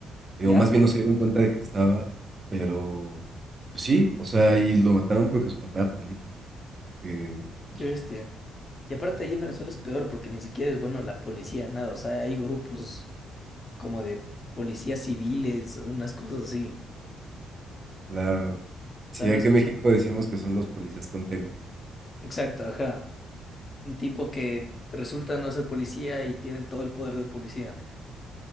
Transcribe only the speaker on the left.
¿Ya?
Qué bestia. Y aparte allí en Venezuela es peor porque ni siquiera es bueno la policía, nada. O sea, hay grupos como de policías civiles, unas cosas así.
O
sea, no
es
exacto, ajá. Un tipo que resulta no ser policía y tiene el- todo el poder de un policía.